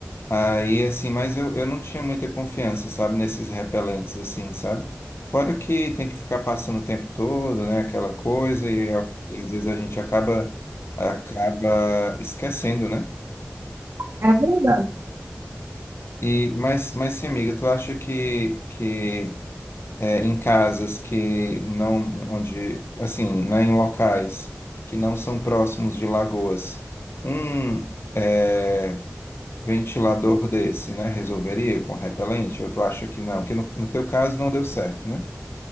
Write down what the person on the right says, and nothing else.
É, é verdade.